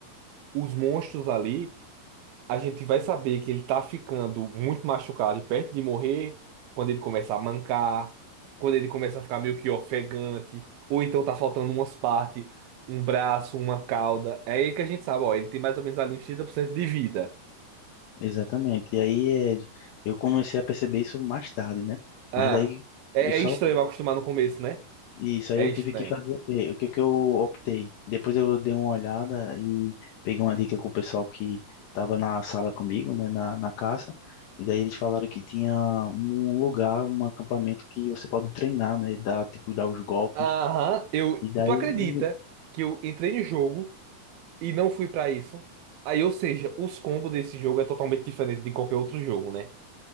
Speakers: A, on the right; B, on the left.
A: Os monstros ali. a gente vai saber que ele tá ficando muito machucado e perto de morrer quando ele começa a mancar, quando ele começa a ficar meio que ofegante, ou então tá faltando umas partes, um braço, uma cauda. É aí que a gente sabe, ó, ele tem mais ou menos ali uns 30% de vida.
B: Exatamente. E aí é, eu comecei a perceber isso mais tarde, né?
A: Ah,
B: Mas daí
A: é,
B: eu só
A: é estranho acostumar no começo, né?
B: isso aí
A: É
B: eu
A: estranho.
B: tive que fazer o quê? O que que eu optei? Depois eu dei uma olhada e peguei uma dica com o pessoal que estava na sala comigo, né, na, na caça. E daí eles falaram que tinha um lugar, um acampamento que você pode treinar, né, dar tipo dar os golpes.
A: Aham, eu,
B: E daí
A: tu acredita que eu entrei no jogo e não fui pra isso? Aí, ou seja, os combos desse jogo é totalmente diferente de qualquer outro jogo, né?